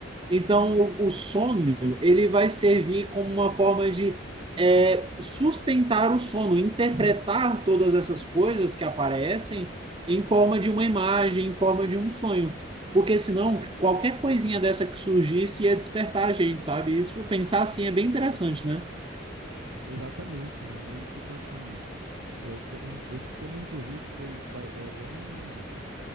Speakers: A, on the right (about 25°); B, on the right (about 80°).
A: Então, o sonho ele vai servir como uma forma de é, sustentar o sono, interpretar todas essas coisas que aparecem em forma de uma imagem, em forma de um sonho. Porque senão, qualquer coisinha dessa que surgisse ia despertar a gente, sabe? Isso, pensar assim, é bem interessante, né?
B: Exatamente, mano. E tipo assim, eu tenho. Esse tema, inclusive, foi ba- é, bem,